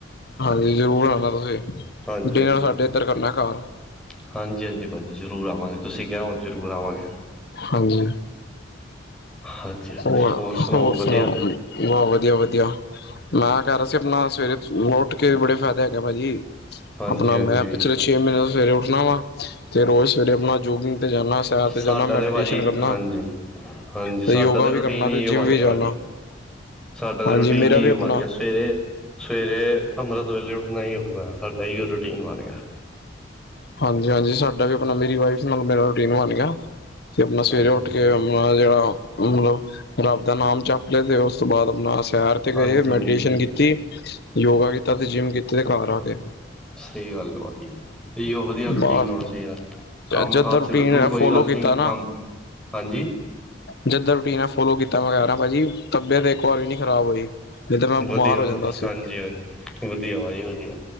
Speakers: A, on the left; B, in the centre.
A: ਹਾਂਜੀ ਜ਼ਰੂਰ ਆਣਾ ਤੁਸੀਂ,
B: ਹਾਂਜੀ-ਹਾਂਜੀ-ਹਾਂਜੀ-ਹਾਂਜੀ
A: ਡਿਨਰ ਸਾਡੇ ਇੱਧਰ ਕਰਨਾ ਘਰ
B: ਭਾਜੀ ਜ਼ਰ ਜ਼ਰੂਰ ਆਵਾਂਗੇ ਤੁਸੀਂ ਕਿਹਾ ਹੋ ਜ਼ਰੂਰ ਆਵਾਂਗੇ।
A: ਹਾਂਜੀ,
B: ਹਾਂਜੀ ਹਾਂਜੀ
A: ਹੋਰ ਹੋਰ
B: ਵਧੀਆ
A: ਸੁਣਾਓ ਵ ਬਸ ਵਧੀਆ -ਵਧੀਆ। ਮੈਂ ਕਹਿ ਰਿਹਾ ਸੀ ਆਪਣਾ ਸਵੇਰੇ ਉੱਠ ਕੇ ਬੜੇ ਫਾਇਦੇ ਹੈਗੇ ਭਾਜੀ।
B: ਹਾਂਜੀ
A: ਆਪਣਾ
B: ਹਾਂਜੀ
A: ਮੈਂ ਪਿਛਲੇ ਛੇ ਮਹੀਨੇ ਤੋਂ ਸਵੇਰੇ ਉੱਠਣਾ ਵਾ ਤੇ ਰੋਜ਼ ਸਵੇਰੇ ਆਪਣਾ- ਜੋਗਿੰਗ ਤੇ ਜਾਣਾ ਸੈਰ
B: ਸਾਡਾ
A: ਜਾਣਾ ਮੈਡੀਟੇਸ਼ਨ
B: ਤੇ ਭਾਜੀ
A: ਕਰਨਾ
B: ਹਾਂਜੀ- ਹਾਂਜੀ
A: ਤੇ
B: ਸਾਡਾ
A: ਯੋਗਾ
B: ਤਾਂ ਰੂਟੀਨ
A: ਵੀ ਕਰਨਾ
B: ਹੀ
A: ਤੇ ਜਿੰਮ
B: ਬਣ
A: ਵੀ
B: ਗਿਆ
A: ਜਾਣਾ
B: ਭਾਜੀ। ਸਾਡਾ ਤਾਂ
A: ਹਾਂਜੀ
B: ਰੂਟੀਨ
A: ਮੇਰਾ
B: ਹੀ
A: ਵੀ ਆਪਣਾ
B: ਬਣ ਗਿਆ ਸਵੇਰੇ- ਸਵੇਰੇ ਅੰਮ੍ਰਿਤ ਵੇਲੇ ਉੱਠਣਾ ਹੀ ਉੱਠਣਾ। ਸਾਡਾ ਇਹੀਓ ਰੂਟੀਨ ਬਣ ਗਿਆ।
A: ਹਾਂਜੀ- ਹਾਂਜੀ ਸਾਡਾ ਵੀ ਆਪਣਾ ਮੇਰੀ ਵਾਈਫ ਨਾਲ ਮੇਰਾ ਰੂਟੀਨ ਬਣ ਗਿਆ। ਤੇ ਆਪਣਾ ਸਵੇਰੇ
B: ਹਾਂਜੀ
A: ਉੱਠ
B: ਹਾਂਜੀ
A: ਕੇ ਆਪਣਾ ਜਿਹੜਾ ਮਤਲਬ ਰੱਬ ਦਾ ਨਾਮ ਜਪ ਲਿਆ ਤੇ ਉਸ ਤੋਂ ਬਾਅਦ ਆਪਣਾ ਸੈਰ ਤੇ
B: ਹਾਂਜੀ
A: ਗਏ, ਮੈਡੀਟੇਸ਼ਨ
B: ਹਾਂਜੀ
A: ਕੀਤੀ। ਯੋਗਾ ਕੀਤਾ ਤੇ ਜਿੰਮ ਕੀਤੀ ਤੇ ਘਰ ਆ ਕੇ।
B: ਸਹੀ ਗੱਲ ਹੈ ਭਾਜੀ। ਇਹੀਓ ਵਧੀਆ ਰੂਟੀਨ
A: ਬਸ
B: ਹੋਣਾ ਚਾਹੀਦਾ, ਕੰਮ-
A: ਜਦ
B: ਕਾਰ
A: ਦਾ ਰੂਟੀਨ
B: ਚ ਲੱਗੋ ਕੋਈ
A: ਫੋਲੋ
B: ਗੱਲ
A: ਕੀਤਾ
B: ਨਹੀਂ ਕੰਮ ਹਾਂਜੀ,
A: ਜਿੱਦਾਂ ਰੂਟੀਨ ਫੋਲੋ ਕੀਤਾ ਮੈਂ ਕਿਹਾ ਭਾਜੀ ਤਬੀਅਤ ਇੱਕ ਵਾਰ ਵੀ ਨੀ ਖਰਾਬ ਹੋਈ। ਤਾਂ ਮੈਂ ਬਿਮਾਰ
B: ਵਧੀਆ
A: ਹੋ
B: ਵਾ
A: ਜਾਂਦਾ
B: ਜ
A: ਸੀ
B: ਹਾਂਜੀ- ਹਾਂਜੀ ਵਧੀਆ ਵਾ ਜੀ ਵਧੀਆ।